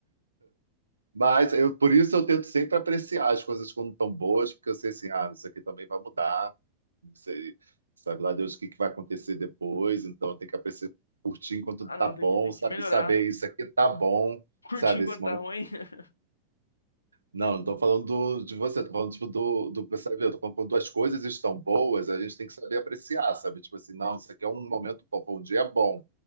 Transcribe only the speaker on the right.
Mas eu, por isso eu tento sempre apreciar as coisas quando estão boas, porque eu sei assim, ah, isso aqui também vai mudar, não sei, sabe lá Deus o que que vai acontecer depois, então tem que apreciar, curtir enquanto
tá bom,
sabe,
saber isso aqui tá bom,
sabe,
esse momento.
Não, não tô falando do- de você, tô falando tipo, do, do, sabe, eu tô falando quando as coisas estão boas, a gente tem que saber apreciar, sabe, tipo assim, não, isso aqui é um momento bom, foi um dia bom,